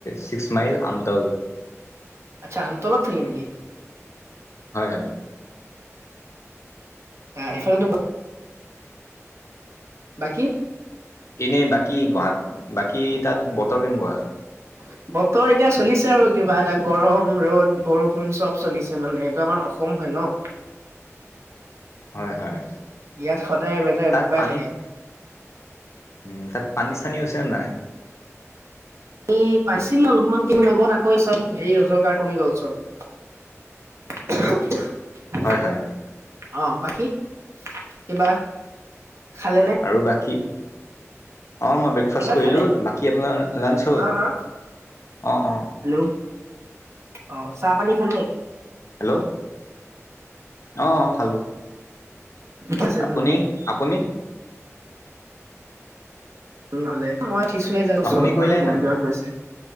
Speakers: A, on the left; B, on the right.
A: চিক্স মাইল আমতল।
B: আচ্ছা আমতলত থাকে নেকি?
A: হয় হয়।
B: এইফালেতো বাকী
A: এনেই বাকী গুৱাহাট বাকী তাত বতৰ কেনেকুৱা?
B: <unintelligible> বতৰ এতিয়া চলিছে আৰু কিবা এটা গৰম ৰ'দ বৰষুণ চব চলিছে মানে এইটো আমাৰ অসম হয় ন। <unintelligible>
A: হয় হয়
B: ইয়াত সদায় ৱেধাৰ
A: তাত
B: এনেকুৱাই
A: পানী
B: থাকে।
A: উম তাত পানী চানী হৈছনে নাই?
B: এই পাইছিলো অলপমান কিমান লগত আকৌ চব হেৰি ৰ কমি গ'ল চব। <unintelligible>
A: হয় হয়।
B: অ বাকী কিবা খালেনে?
A: আৰু বাকী অ মই ব্ৰেকফাষ্ট
B: কিবা
A: কৰিলোঁ,
B: খালে
A: বাকী আপোনাৰ লাঞ্চ হ'ল?
B: হা হা
A: অ অ।
B: হেল্ল' অ চাহ পানী খালে?
A: হেল্ল' অঁ খালোঁ।
B: ঠিক আছে
A: আপুনি আপুনি?
B: হলে মই উঠিছোহে জংচনত
A: আপুনি
B: অলপমান
A: কৰিলে
B: মন্দিৰত
A: নাই
B: গৈছে।